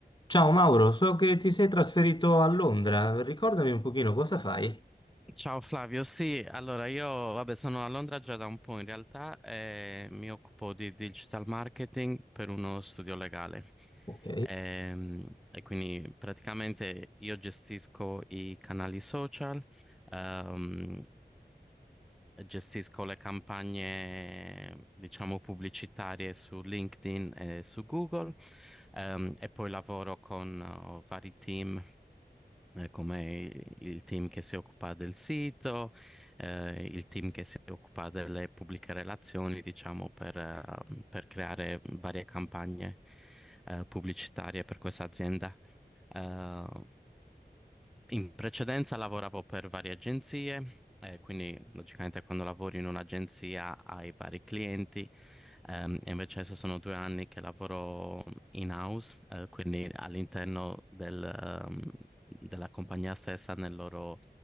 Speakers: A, on the left; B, in the centre.
A: Ciao Mauro, so che ti sei trasferito a Londra, ricordami un pochino cosa fai.
B: Ciao Flavio, sì, allora io vabbè, sono a Londra già da un po' in realtà e mi occupo di digital marketing per uno studio legale.
A: Ok,
B: Ehm, E, quindi praticamente io gestisco i canali social, ehm, gestisco le campagne, diciamo, pubblicitarie su LinkedIn e su Google, ehm, e poi lavoro con eh, vari team eh, come il il team che si occupa del sito, eh, il team che si occupa delle pubbliche relazioni, diciamo, per, eh, per creare varie campagne, eh, pubblicitarie per questa azienda. Eh, in precedenza lavoravo per varie agenzie, eh, quindi logicamente quando lavori in un'agenzia hai vari clienti, ehm, e invece adesso sono due anni che lavoro in-house, eh, quindi all'interno del, ehm, della compagnia stessa nel loro,